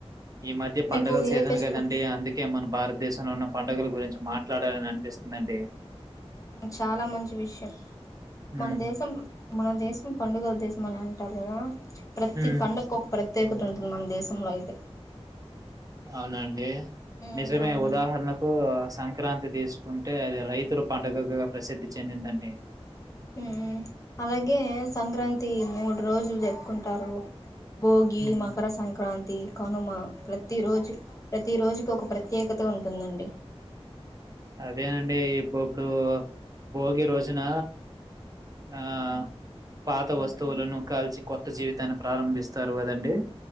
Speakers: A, on the right; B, on the left.
A: ఈ మధ్య పండుగల
B: మీకు
A: సీజన్
B: ఏ ఫెస్టివల్
A: కదండి అందుకే మనం భారతదేశంలో ఉన్న పండుగల గురించి మాట్లాడాలని అనిపిస్తుందండి
B: మ్మ్ చాలా మంచి విషయం
A: ఉమ్
B: మన దేశం మన దేశం పండుగల దేశం అని టరుకదా ప్రతి
A: ఉమ్,
B: పండక్కు ఒక ప్రత్యేకత ఉంటుంది మన దేశంలో అయితే
A: అవునాండి
B: ఉమ్
A: నిజమే
B: అవును
A: ఉదాహరణకు సంక్రాంతి తీసుకుంటే అది రైతులు పండుగగా ప్రసిద్ధి చెందిందండి
B: మ్మ్ అలాగే సంక్రాంతి మూడు రోజులు జర్పుకుంటారు భోగి
A: ఉమ్
B: మకర సంక్రాంతి కనుమ ప్రతి రోజు ప్రతి రోజుకి ఒక ప్రత్యేకత ఉంటుందండి
A: అదే అండి ఇప్పు కూ భోగి రోజున ఆ పాత వస్తువులను కాల్చి కొత్త జీవితాన్ని ప్రారంభిస్తారు కదండి